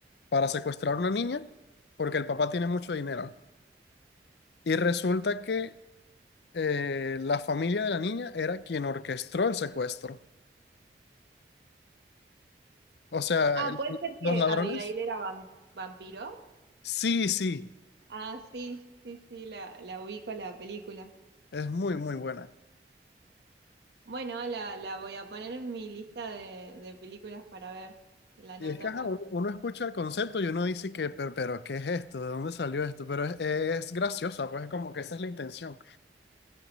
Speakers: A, on the left; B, on the right.
A: para secuestrar a una niña porque el papá tiene mucho dinero. Y resulta que eh, la familia de la niña era quien orquestó el secuestro. O sea,
B: Ah,
A: el-
B: puede ser
A: los
B: que
A: ladrones.
B: Abigail era vam- vampiro.
A: Sí, sí,
B: Ah, sí, sí, sí, la, la ubico la película.
A: es muy, muy buena.
B: Bueno, la, la voy a poner en mi lista de, de películas para ver. La
A: Y
B: nota
A: es que
B: acá.
A: ajá, uno, uno escucha el concepto y uno dice que, pero, pero, ¿qué es esto? ¿De dónde salió esto? Pero es, es graciosa, pues es como que esa es la intención.